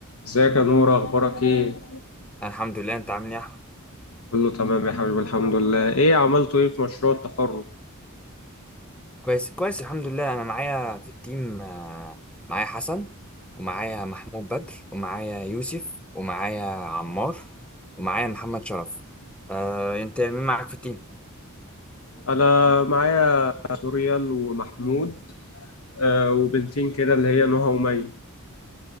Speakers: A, on the left; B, in the centre.
A: ازيك يا نور اخبارك ايه
B: أنا الحمد لله انت عامل ايه يا احمد
A: كله تمام يا حبيبي الحمد لله ايه عملتوا ايه في مشروع التخرج
B: كويس كويس الحمد لله انا معايا في التيم آه، معايا حسن ومعايا محمود بدر ومعايا يوسف ومعايا عمار ومعايا محمد شرف آه، انت مين معاك في التيم
A: انا معايا سوريال ومحمود آه وبنتين كده اللي هي نهى ومي